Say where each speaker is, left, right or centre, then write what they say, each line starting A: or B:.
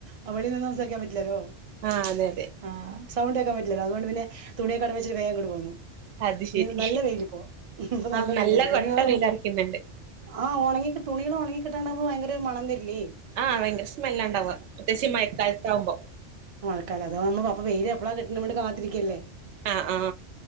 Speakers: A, on the right (about 45°); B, on the right (about 70°).
A: ആ വെളി നിന്ന് സംസാരിക്കാൻ പറ്റില്ലല്ലോ
B: ആഹ അതെ അതെ
A: ആ സൗണ്ട് ഒക്കാൻ പറ്റില്ല അതുകൊണ്ട് പിന്നെ തുണിയെക്കട വെച്ച വേഗം പോന്നു
B: അത് ശരി
A: ഈ നല്ല വെയില് പോ ഇപ്പൊ
B: ആഹ്
A: നല്ല വെയിലുണ്ട്
B: കൊട്ട
A: തുണിയോ
B: വെയിലറക്കുന്നുണ്ട്
A: ആഹ് ഉണങ്ങി തുണികൾ ഉണങ്ങി കിട്ടാണ്ട്പോ ഭയങ്കര ഒരു മണം വരില്ലേ
B: ആഹ് ഭയങ്കര സ്മെല്ലാണ്ടാവുക പ്രത്യേകിച്ച് മയക്കാലത്ത ആവുമ്പോ
A: മക്കാല അത നമ്മ അപ്പൊ വെയില് എപ്പള കിട്ടണ് കാത്തിരിക്കല്ലേ
B: ആ ആ